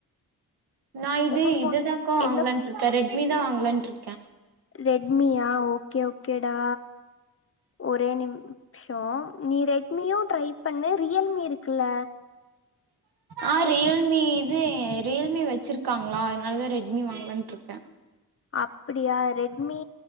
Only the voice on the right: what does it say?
நா இது
இதுதாங்க்கா வாங்லான்ட்ருக்கேன்
ரெட்மி தான் வாங்கலான்ட்ரு
ஆ ரியல்மி இது ரியல்மி வச்சிருக்காங்ளா அதனாலதா ரெட்மி வாங்லான்ட்ருக்கே